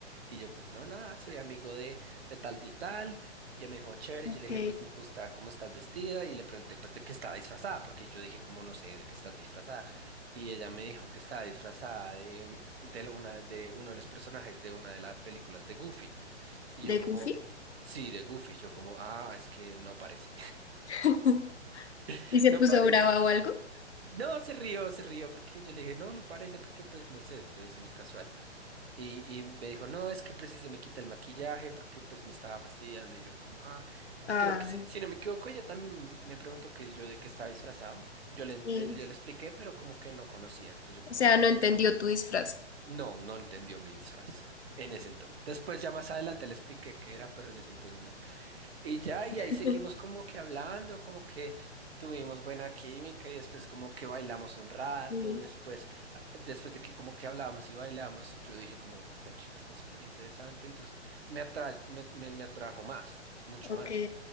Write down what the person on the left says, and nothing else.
Ok.
¿De
Goofy?
<laughs>
¿Y se
puso
brava o algo?
Ah,
sí.
O sea,
no entendió tu disfraz.
<laughs>
Sí,
ok.